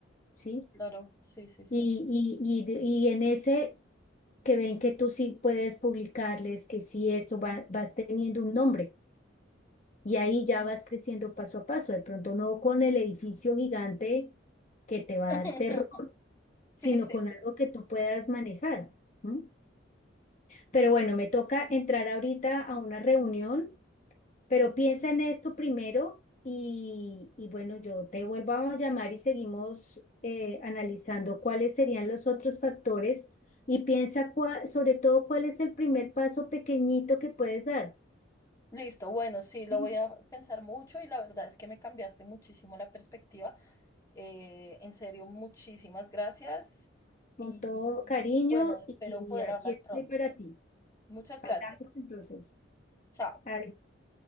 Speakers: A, on the left; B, on the left.
A: ¿sí?
B: claro, sí, sí, sí.
A: Y, y, y, de- y en ese que ven que tú sí puedes publicarles, que sí esto va- vas teniendo un nombre. Y ahí ya vas creciendo paso a paso, de pronto no con el edificio gigante que te va
B: <laughs>
A: a dar terror,
B: Sí,
A: sino
B: sí,
A: con
B: sí.
A: algo que tú puedas manejar. ¿m? Pero bueno, me toca entrar ahorita a una reunión, pero piensa en esto primero y, y bueno, yo te vuelvo a llamar y seguimos eh, analizando cuáles serían los otros factores y piensa cua- sobre todo cuál es el primer paso pequeñito que puedes dar.
B: Listo, bueno, sí, lo
A: ¿sí?
B: voy a pensar mucho y la verdad es que me cambiaste muchísimo la perspectiva. Eh, en serio, muchísimas gracias
A: Con
B: y
A: todo
B: y-
A: cariño
B: y, bueno, espero
A: y, y
B: poder
A: aquí
B: hablar
A: estoy
B: pronto.
A: para ti.
B: Muchas
A: Hablamos
B: gracias.
A: entonces.
B: Chao.
A: Adiós.